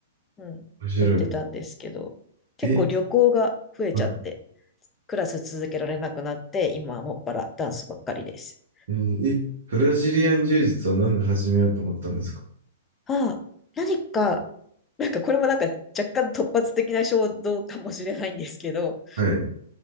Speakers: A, on the left (about 20°); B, on the right (about 65°).
A: うん。
B: 面白い。
A: やってたんですけど、結構旅行が増えちゃって、
B: え、は
A: クラス続けられなくなって、今はもっぱらダンスばっかりです。
B: い。えーえブラジリアン柔術はなんで始めようと思ったんですか
A: ああ、何か、なんかこれもなんか若干突発的な衝動かもしれないんですけど、
B: はい。